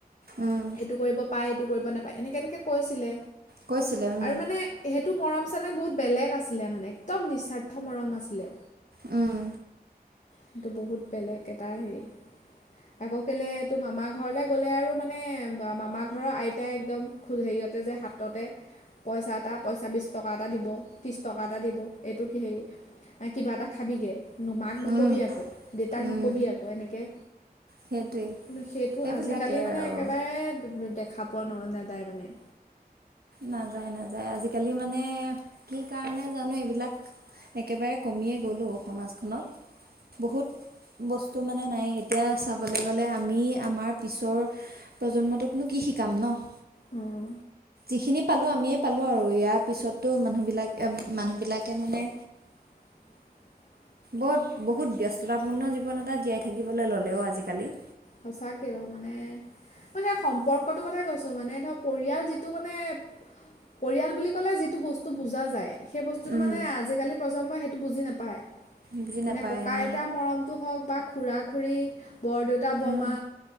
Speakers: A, on the right (about 75°); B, on the left (about 50°).
A: উম,
B: এইটো কৰিব পাই এইটো কৰিব নাপায়, এনেকে এনেকে কৈছিলে
A: কৈছিলে উম,
B: আৰু মানে সেইটো মৰম চেনেহ বহুত বেলেগ আছিলে মানে একদম নিস্বাৰ্থ মৰম আছিলে।
A: উম।
B: সেইটো বহুত বেলেগ এটা হেৰি। আকৌ কেলে তোৰ মামা ঘৰলৈ গ'লে আৰু মানে মামা ঘৰৰ আইতাই একদম খ হেৰিয়তে যে হাততে পইচা এটা পইচা বিছ টকা এটা দিব, ত্ৰিছ টকা এটা দিব, এইটো কি হেৰি কিবা এটা খাবিগৈ। মাক নকবি
A: উম,
B: আকৌ, দেউতাক
A: উম,
B: নকবি আকৌ এনেকে।
A: সেইটোৱেই
B: কিন্ত সেইটো
A: সেইবিলাকে
B: আজিকালি মানে
A: আৰু
B: একেবাৰে দেখা পোৱা ন-নাযায় মানে
A: নাযায় নাযায় আজিকালি মানে, কি কাৰণে জানো এইবিলাক, একেবাৰে কমিয়ে গ'ল অ', সমাজ খনত বহুত বস্ত টো মানে নাই এনেকা চাবলৈ গ'লে আমি আমাৰ পিছৰ প্ৰজন্মটোকনো কি শিকাম ন'?
B: উম।
A: যিখিনি পালো আমিয়ে পালো আৰু ইয়াৰ পিছতো মানুহ বিলাক মানুহ বিলাকে মানে
B: <inaudible>
A: বত বহুত ব্যস্ততাপূৰ্ণ জীৱন এটা জীয়াই থাকিবলৈ ল'লেও আজিকালি।
B: সঁচাকেও মানে মানে সম্পৰ্কটোৰ কথাই কৈছো মানে ধৰ, পৰিয়াল যিটো মানে পৰিয়াল বুলি ক'লে, যিটো বস্তু বুজা যায়। সেই বস্তুটো
A: উম,
B: মানে আজিকালি প্ৰজন্মই, সেইটো বুজি নাপায়।
A: বুজি
B: মানে
A: নাপায়
B: ককা-আইতাৰ
A: উম,
B: মৰমটো হওক বা খুৰা-খুৰী বৰদেউতা-বৰ্মা,
A: উম,